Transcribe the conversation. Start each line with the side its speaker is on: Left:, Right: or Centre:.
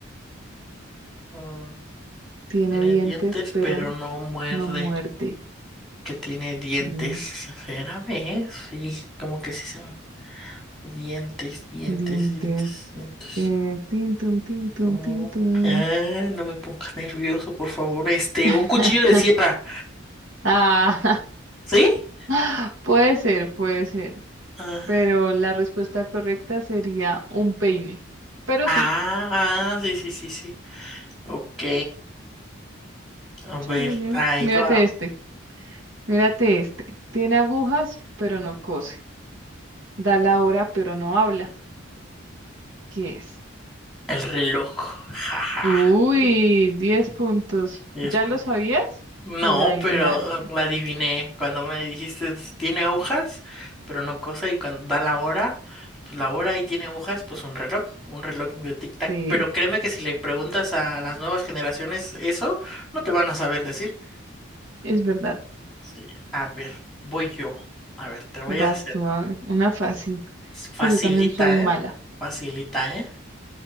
Centre: Mm,
Right: Tiene
Centre: tiene
Right: dientes,
Centre: dientes,
Right: pero
Centre: pero no muerde.
Right: no muerte.
Centre: que tiene dientes.
Right: Mm,
Centre: ¿Será vez? Sí, como que sí se llama. Dientes, dientes,
Right: Dientes.
Centre: dientes, dientes.
Right: Eh, tin, tum, tin, tum,
Centre: Oh,
Right: tin, tum.
Centre: ah, no me pongas nervioso, por favor. Este,
Right: <laughs>
Centre: un cuchillo de sierra.
Right: Ah,
Centre: ¿Sí?
Right: <laughs> puede ser, puede ser.
Centre: Ah,
Right: Pero la respuesta correcta sería un peine. Pero
Centre: ah,
Right: sí,
Centre: sí, sí, sí, sí. Ok. A ver,
Right: sí, sí, sí.
Centre: ahí
Right: Mírate
Centre: va.
Right: este, mírate este. Tiene agujas, pero no cose. Da la hora, pero no habla. ¿Qué es?
Centre: El reloj. Jaja.
Right: Uy,
Centre: <laughs>
Right: 10 puntos.
Centre: 10
Right: ¿Ya lo sabías?
Centre: No,
Right: ¿O la adivinaste?
Centre: pero la adiviné. Cuando me dijiste, tiene agujas, pero no cosa, y cuando da la hora, pues la hora y tiene agujas, pues un reloj, un reloj de tic-tac.
Right: Sí,
Centre: Pero créeme que si le preguntas a las nuevas generaciones eso, no te van a saber decir.
Right: es verdad.
Centre: Sí, a ver, voy yo. A ver, te voy
Right: Vas
Centre: a hacer.
Right: tú, a ver, una fácil,
Centre: Facilita,
Right: que yo también soy mala.
Centre: ¿eh? Facilita, ¿eh?